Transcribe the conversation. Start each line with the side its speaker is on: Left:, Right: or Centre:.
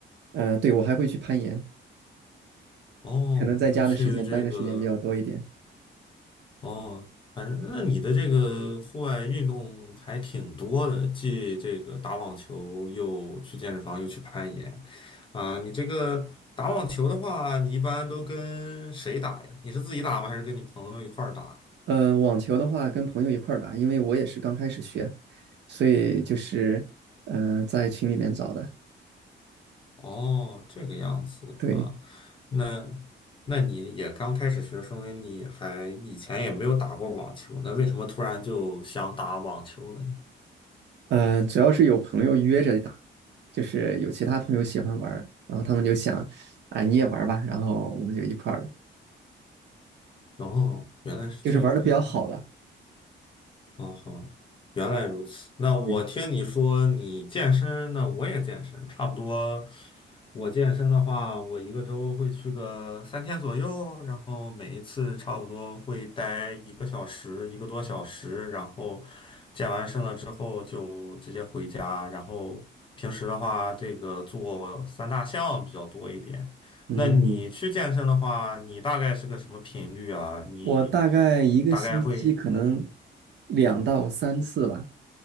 Right: 呃，对，我还会去攀岩，
Left: 哦，
Right: 可能在家的时间待的时间比较多一点。
Left: 你会去这个？哦，反正那你的这个户外运动还挺多的，既这个打网球，又去健身房，又去攀岩，啊，你这个打网球的话，你一般都跟谁打呀？你是自己打吗？还是跟你朋友一块儿打？
Right: 呃，网球的话跟朋友一块儿打，因为我也是刚开始学，所以就是嗯在群里面找的。
Left: 哦，这个样子啊，
Right: 对，
Left: 那那你也刚开始学，说明你还以前也没有打过网球，那为什么突然就想打网球了呢？
Right: 呃，主要是有朋友约着打，就是有其他朋友喜欢玩儿然后他们就想，啊，你也玩儿吧，然后我们就一块儿，
Left: 然后原来是这个样
Right: 就是玩的比较好的。
Left: 哦好，原来如此。那我听你说你健身，
Right: 对，
Left: 那我也健身，差不多。我健身的话，我一个周会去个三天左右，然后每一次差不多会待一个小时，一个多小时，然后健完身了之后就直接回家。然后平时的话，这个做三大项比较多一点。
Right: 嗯，
Left: 那你去健身的话，你大概是个什么频率啊？你
Right: 我大概一个星期可能
Left: 大概会，嗯哼，
Right: 两到三次吧，